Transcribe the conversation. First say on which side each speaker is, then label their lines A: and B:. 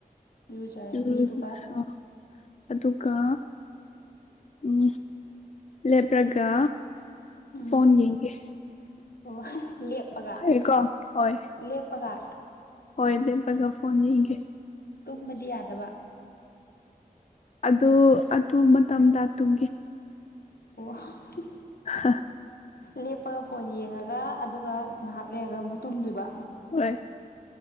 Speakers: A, on the left (about 85°); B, on the left (about 50°).
A: ꯏꯔꯨꯖꯔꯅꯤ
B: ꯏꯔꯨꯖꯔꯒ
A: ꯑꯗꯨꯒ
B: ꯑꯗꯨꯒ ꯎꯝ ꯂꯦꯞꯔꯒ
A: ꯎꯝ
B: ꯐꯣꯟ ꯌꯦꯡꯒꯦ꯫
A: ꯑꯣ ꯂꯦꯞꯄꯒ
B: ꯐꯩꯌꯦꯀꯣ ꯍꯣꯏ
A: ꯂꯦꯞꯄꯒ
B: ꯍꯣꯏ ꯂꯦꯞꯄꯒ ꯐꯣꯟ ꯌꯦꯡꯒꯦ꯫
A: ꯇꯨꯝꯕꯗꯤ ꯌꯥꯗꯕ꯫
B: ꯑꯗꯨ ꯑꯗꯨ ꯃꯇꯝꯗ ꯇꯨꯝꯒꯦ꯫
A: ꯑꯣ꯫
B: ꯍꯥ꯫
A: ꯂꯦꯞꯄꯒ ꯐꯣꯟ ꯌꯦꯡꯉꯒ ꯑꯗꯨꯒ ꯉꯥꯏꯍꯥꯛ ꯂꯩꯔꯒ ꯃꯨꯛ ꯇꯨꯝꯗꯣꯏꯕ꯫
B: ꯍꯣꯏ꯫